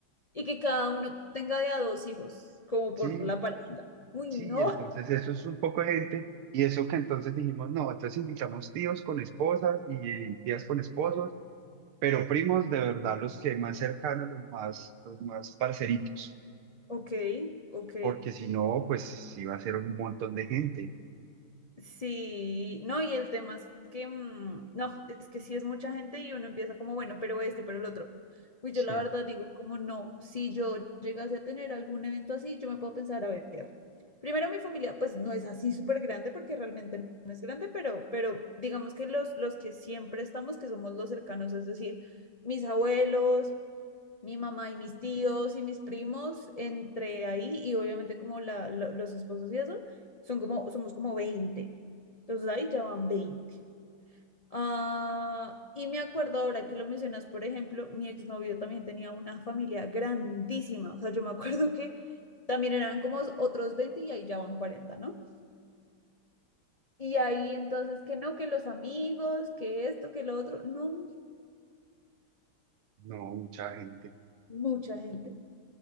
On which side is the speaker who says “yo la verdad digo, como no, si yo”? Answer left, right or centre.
Left